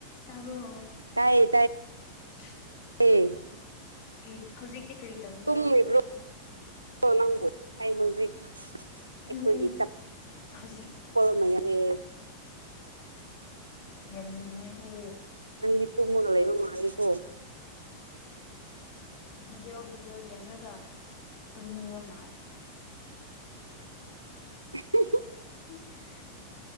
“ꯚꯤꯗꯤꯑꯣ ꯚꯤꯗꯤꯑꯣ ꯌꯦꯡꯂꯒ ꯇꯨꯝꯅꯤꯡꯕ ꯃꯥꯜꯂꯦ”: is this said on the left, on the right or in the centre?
Left